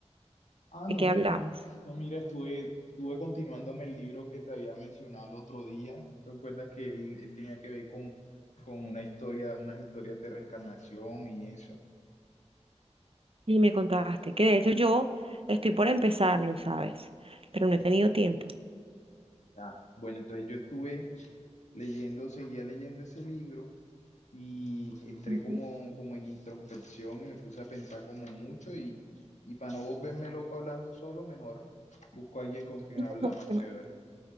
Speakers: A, on the left (about 75°); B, on the right (about 50°).
A: Ah,
B: ¿de
A: no,
B: qué hablamos?
A: no, no, mira, estuve, estuve continuándome el libro que te había mencionado el otro día. ¿Te acuerdas que él, él tenía que ver con, con una historia, unas historias de reencarnación y eso?
B: Y me contaste que de hecho yo estoy por empezarlo, ¿sabes? Pero no he tenido tiempo.
A: Ya. Bueno, entonces yo estuve leyendo, seguía leyendo ese libro y entré
B: Ujú.
A: como, como en introspección y me puse a pensar como mucho y, y para no volverme loco hablando solo, mejor busco a alguien con quien
B: <laughs>
A: hablar más chévere.